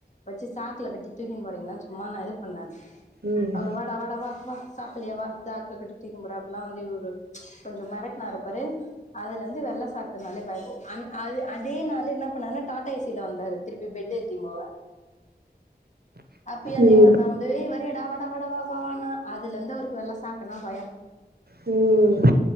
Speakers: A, on the left; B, on the right.
A: வெச்சு சாக்குல கட்டி தூக்கின்னு போறீங்களான்னு சும்மா இது பண்ண
B: ம்
A: அவரு வாடா வாடா வா வா சாப்லையா வா சாக்ள கட்டி தூக்குனு போற அப்பில்லா வந்து இவரு கொஞ்சோ மெரட்டுனாரு பாரு அதுலே இருந்து வெள்ள சாக் அதுனாலே பயோ அந் அதே அதே நாள்ல என்ன பண்ணாருனா டாடா ஏசியில வந்தாரு திருப்பி பெட் எத்தினு போவ அப்பயு அதே
B: ம்
A: மாரிதா வந் அதுவே வரியாடா வாடா வாடா வாடா வா வா அதுலேருந்து அவருக்கு வெள்ள சாக்குனா பயோ
B: ம்